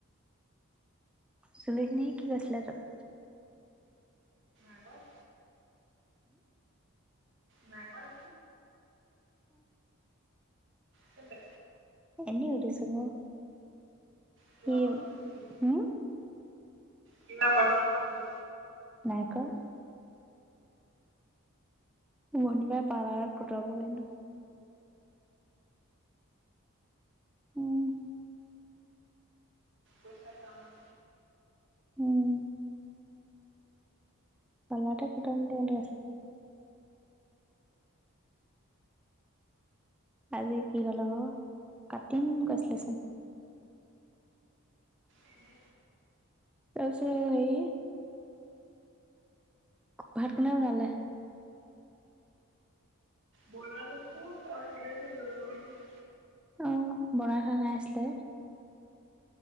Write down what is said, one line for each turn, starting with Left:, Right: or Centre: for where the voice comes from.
Centre: চুলিখিনি কি হৈছিলে তোৰ।
Right: আগত। নাইকল। কেলে।
Centre: এনে সুধিছোঁঅ
Right: কিবা
Centre: হি
Right: কৈছিলো নেকি
Centre: উম।
Right: কিবা কষ্ট নেকি?
Centre: নাই কোৱা। ভনিবাই পাৰ্লাৰত কটাবগৈনো। উম।
Right: কৈছে যোৱা মান।
Centre: উম। কলাটা কটমেইটো। আজি কি হ'ল আকৌ কাটিম কৈছিলেচোন।
Right: এনে
Centre: তাৰপিছত হেৰী। ভাত কোনে বনালে?
Right: বনাইলৈছো আৰু কোনে নো বনাব হয়।
Centre: অ', বনাই থোৱা নাইআছিলে।